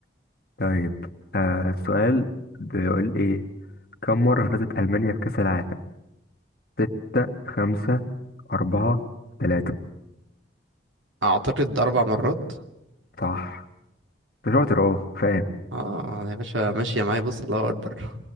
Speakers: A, on the left; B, on the right.
A: طيب آه السؤال بيقول ايه كم مره فازت المانيا بكاس العالم ستة خمسة أربعة ثلاثة
B: أعتقد أربع مرات
A: صح أنت شاطر أهو فاهم
B: اه يا باشا ماشية معايا بص الله اكبر